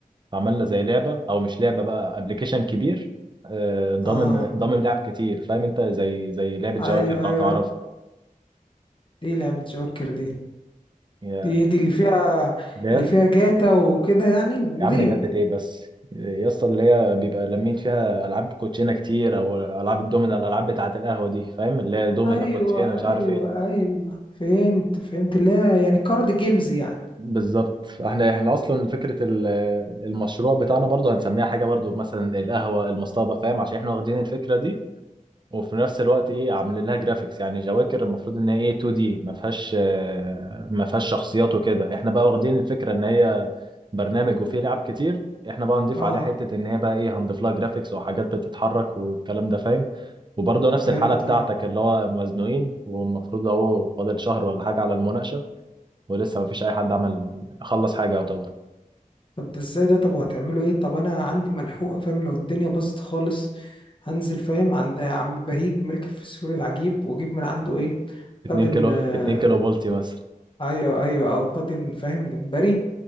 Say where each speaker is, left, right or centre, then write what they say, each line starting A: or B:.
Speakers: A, on the right (about 35°); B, on the left (about 35°).
A: عملنا زي لعبة أو مش لعبة بقى أبلكيشن كبير آه، ضامم
B: اه
A: ضامم لعب كتير فاهم أنت زي زي لعبة جواكر
B: ايوه
A: لو
B: ايوه
A: تعرف
B: دي لعبة جوكر دي
A: يا
B: دي دي اللي فيها
A: لا
B: اللي فيها جاتا وكده يعني وميدل
A: يا عم جت إيه بس يا اسطى اللي هي بيبقى لمين فيها ألعاب كوتشينة كتير أو ألعاب الدومينة الألعاب بتاعة القهوة دي فاهم اللي هي دومينة
B: ايوه
A: كوتشينة مش عارف
B: ايوه
A: إيه
B: ايوه فهمت فهمت لا يعني كارد جيمز يعني
A: بالظبط احنا احنا اصلا فكره ال- المشروع بتاعنا برضو هنسميها حاجه برضو مثلا القهوه المصطبه فاهم عشان احنا واخدين الفكره دي وفي نفس الوقت ايه عاملين لها جرافيكس يعني جواكر المفروض ان هي ايه 2 دي ما فيهاش آه، ما فيهاش شخصيات وكده احنا بقى واخدين الفكره ان هي برنامج وفيه لعب كتير احنا بقى هنضيف
B: اه
A: عليها حته ان هي بقى ايه هنضيف لها جرافيكس وحاجات بتتحرك والكلام ده فاهم وبرضه نفس
B: فهمت
A: الحاله بتاعتك
B: اه
A: اللي هو مزنوقين والمفروض اهو فاضل شهر ولا حاجه على المناقشه ولسه ما فيش اي حد عمل خلص حاجه يعتبر
B: طب ده ازاي ده طب وهتعملوا ايه طب انا عندي ملحوقه فاهم لو الدنيا باظت خالص هنزل فاهم عند عم بهيج ملك الفسفور العجيب واجيب من عنده ايه
A: 2
B: طاجن
A: كيلو
B: آه،
A: 2 كيلو بولتي مثلا
B: ايوه ايوه او طاجن فاهم جمبري